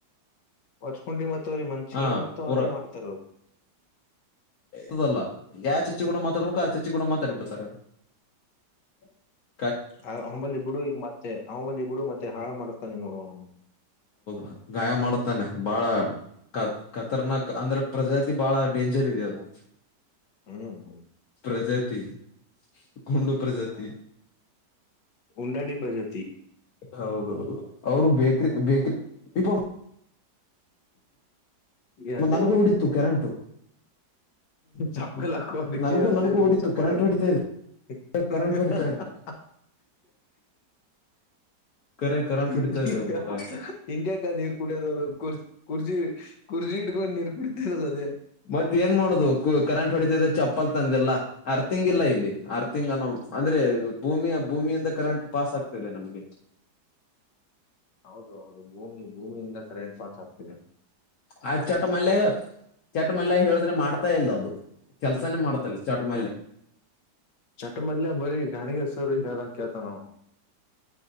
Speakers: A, on the left; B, on the left.
A: ಒರ್ಚ್ಕೊಂಡಿ ಮತ್ ಅವ್ರರಿ ಮಂಚಿ
B: ಹಾ
A: ಏನತ್ತ
B: ಪೂರಾ
A: ಅದೇ ಮಾಡ್ತಾರ ಅವರು
B: ಇದಲ್ಲ ಯಾ ಚಚ್ಚಿ ಕೂಡ ಮಾತಾಡ್ಬೇಕು ಆ ಚಚ್ಚಿ ಕೂಡ ಮಾತಾಡಿಬಿಡ್ತಾರ <inaudible>
A: ಆ ಅವಂಬಲ್ಲಿ ಬಿಡು ಈ ಮತ್ತೆ ಅವಂಬಲ್ಲಿ ಬಿಡು ಮತ್ತೆ ಹಾಳು ಮಾಡುತ್ತಾನೆ ನೋಡು ಅವನು
B: ಹ ಗಾಯ ಮಾಡ್ತಾನೆ ಬಾಳ ಕತ್ ಕತರ್ನಾಕ್ ಅಂದ್ರೆ ಪ್ರಜಾತಿ ಬಾಳ ಡೇಂಜರ್ ಇದೆ ಅದು
A: ಹ್ಮ್
B: ಪ್ರಜಾತಿ ಕುಂಡು ಪ್ರಜಾತಿ
A: ಉಂಡಾಡಿ ಪಜಾತಿ
B: ಹೌದೌದು ಅವರು ಬೇಕ್ರಿ ಬೇಕ್ರಿ ಇ
A: ಏನಂದೆ
B: ನನಗು ಹೊಡಿತೂ ಕೆರೆಂಟು
A: ಚಪ್ಪಪ್ಪಲ್ಲಾಕೋ ಅದ
B: ನನ್ಗೂ
A: ಕೇಳವತ
B: ನನ್ಗೂ ಹೊಡಿತು
A: ಚಪ್ಪಲ್
B: ಕರೆಂಟ್
A: ಹಾಕೋ
B: ಹೊಡಿತಾ
A: ಹಾ
B: ಇದೆ ಕರೆಂಟ್ ಹೊಡಿತಾ ಇದೆ ಕರೆ ಕರೆಂಟ್
A: ಸಿಷ್
B: ಹೊಡಿತಾ ಇದೆ ಮಗ
A: <inaudible> ಹಿಂಗಕ ನೀರ್ ಕುಡಿಯದ ಕುರ್ಜಿ ಕುರ್ಜಿ ಕುರ್ಜಿ ಇಡ್ಕೊಂಡು ನೀರ್ ಕುಡತದಲ್ಲ ಅದೇ.
B: ಮತ್ತ ಏನ್ ಮಾಡೋುದು ಕರೆಂಟ್ ಹೊಡಿತದ ಚಪ್ಪಲ್ ತಂದೆಲ್ಲ. ಅರ್ಥಿಂಗ್ ಇಲ್ಲ ಇಲ್ಲಿ ಅರ್ಥಿಂಗ್ ಅನ್ನೋ ಅಂದ್ರೆ ಭೂಮಿಯ ಭೂಮಿಯಿಂದ ಕರೆಂಟ್ ಪಾಸ್ ಆಗ್ತದೆ. ನಮ್ಗೆ.
A: ಹೌದು ಹೌದು ಭೂಮಿ ಭೂಮಿಯಿಂದ ಕೈಟ್ ಪಾಸ್ ಆಗ್ತಿದೆ.
B: ಆ ಚಟ ಮಲ್ಯಾಗ ಚಟ ಮಲ್ಯಾಗ ಹೇಳಿದ್ರೆ ಮಾಡ್ತಾ ಇಲ್ಲ ಅದು ಕೆಲ್ಸನೇ ಮಾಡ್ತಲ್ಲ. ಚಟ
A: ಮತ್ತೆ
B: ಮಲ್ಯ
A: ಚಟ ಮದಲೆ ಬರಿ ಗಾಾಣಿಗೆ ಸರಿರ ಕತನಾ.